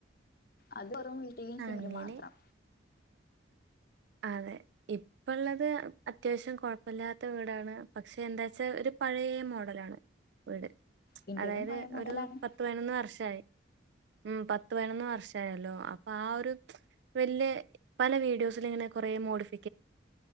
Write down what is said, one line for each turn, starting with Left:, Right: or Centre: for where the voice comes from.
Left: അത്ഓ വീട്ടയും സിമി
Right: അങ്ങനെ
Left: മാത്രം
Right: അതെ ഇപ്പള്ളത് അത്യാവശ്യം കൊഴപ്പമില്ലാത്ത വീടാണ് പക്ഷെ എന്താച്ചാ ഒരു പഴയ മോഡലാണ് വീട്
Left: ഇന്റേതും
Right: അതായത്
Left: പഴയ മോഡലാണ്
Right: ഒരു പത്ത് പതിനൊന്ന് വർഷ ശായ ഉം പത്ത് പേണന്ന് വർഷമായല്ലോ അപ്പൊ ആ ഒരു വല്ിയ പല വീഡിയോസൽ ഇങ്ങനെ ല്ലോെ